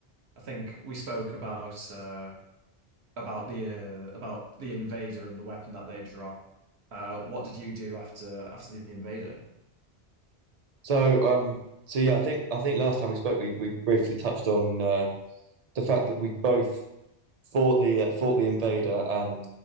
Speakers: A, on the right; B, on the right.
A: I think we spoke about uh, about the uh, about the invader and the weapon that they drop. Uh, what did you do after after the invader?
B: So, um, so yeah, I think I think last time we spoke, we we briefly touched on uh, the fact that we both fought the uh, fought the invader and